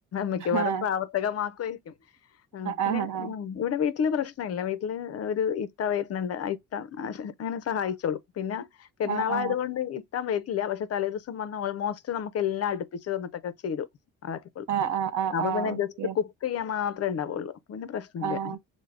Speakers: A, on the left; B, on the right.
A: മിക്കവാറും
B: ആഹ്
A: പ്രാവർത്തികമാക്കുമായിരിക്കും പിന്നെ
B: ആഹ് ആഹ്
A: ഇവിടെ വീട്ട വീട്ടില് പ്രശ്നമല്ല വീട്ടില് ഒരു ഇത്ത വരുന്നുണ്ട് ആ ഇത്ത അങ്ങനെ സഹായിച്ചോളൂ പിന്നെ പെരുന്നാളായത
B: ആഹ് ആഹ്
A: കൊണ്ട് കിട്ടാൻ പറ്റില്ല പക്ഷെ തലേദിവസം വന്ന് ഓൾമോസ്റ്റ് നമുക്ക് എല്ലാം അടുപ്പിച്ചച്ച് തന്നിട്ടൊക്കെ ചെയ്തു
B: ആഹ്
A: അളൂ
B: ആഹ്
A: അവ
B: ആഹ് ആഹ് ആഹ്
A: പിന്നെ
B: ഓക്കെ
A: ജസ്റ്റ് കുക്ക് ചെയ്യാ അത്ര ഉണ്ടാവള്ളൂ പിന്നെ പ്രശ്നല്ല
B: ആഹ്